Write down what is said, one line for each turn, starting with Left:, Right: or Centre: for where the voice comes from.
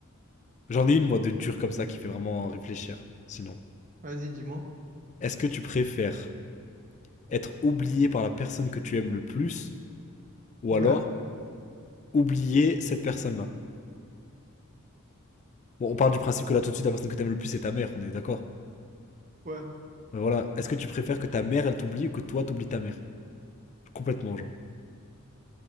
Left: J'en ai une, moi, de dure comme ça qui fait vraiment réfléchir. Sinon,
Right: Vas-y, dis-moi.
Left: est-ce que tu préfères être oublié par la personne que tu aimes le plus ou
Right: Ouais,
Left: alors oublier cette personne-là? Bon, on part du principe que là, tout de suite, la personne que tu aimes le plus, c'est ta mère, on est d'accord?
Right: ouais.
Left: Mais Voilà. Est-ce que tu préfères que ta mère, elle t'oublie ou que toi, t'oublies ta mère? Complètement, genre.